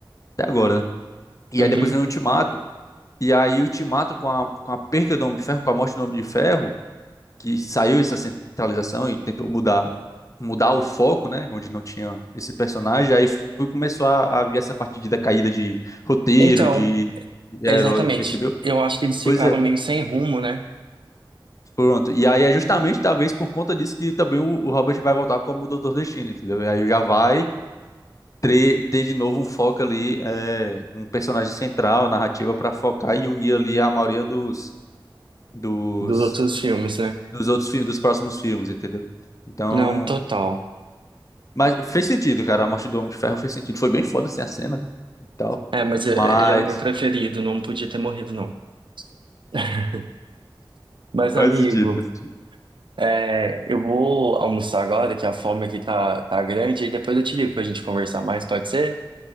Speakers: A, on the left (about 40°); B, on the right (about 70°).
A: Até agora, né? E
B: Uhum.
A: aí depois vem o Ultimato. E aí o Ultimato com a, com a perca do Homem de Ferro, com a morte do Homem de Ferro, que saiu essa centralização e tentou mudar mudar o foco, né? Onde não tinha esse personagem. Aí foi, começou a, a vir essa parte de decaída de roteiro,
B: Então,
A: de, de
B: exatamente.
A: herói, percebeu?
B: Eu acho que eles ficaram
A: Pois é.
B: meio sem rumo, né?
A: Pronto. E aí é justamente talvez por conta disso que também o, o Robert vai voltar como o Doutor Destino, entendeu? E aí já vai ter, ter de novo um foco ali, é, um personagem central, narrativa para focar e unir ali a maioria dos, dos,
B: Dos outros filmes, né?
A: dos outros filmes, dos próximos filmes, entendeu? Então,
B: Não, total.
A: mas fez sentido, cara. A morte do Homem de Ferro fez sentido. Foi bem foda assim a cena né, e tal.
B: É, mas eh,
A: Mas
B: ele era meu preferido, não podia ter morrido, não. <laughs> Mas,
A: faz
B: amigo,
A: sentido, faz sentido.
B: é, eu vou almoçar agora, que a fome aqui tá, tá grande, e depois eu te ligo pra gente conversar mais, pode ser?